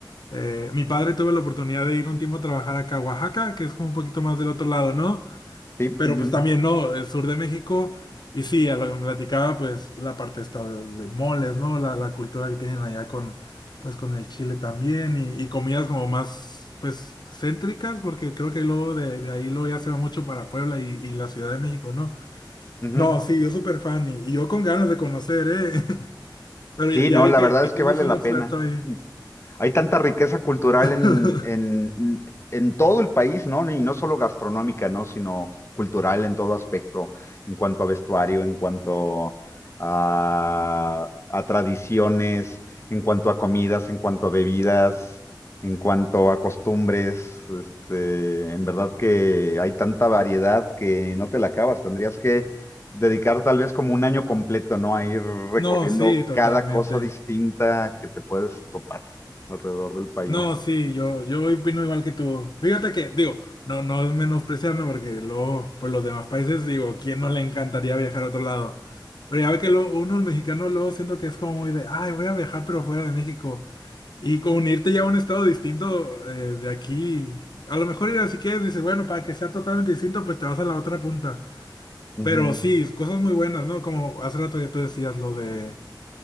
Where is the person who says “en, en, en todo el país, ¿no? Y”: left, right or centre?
Left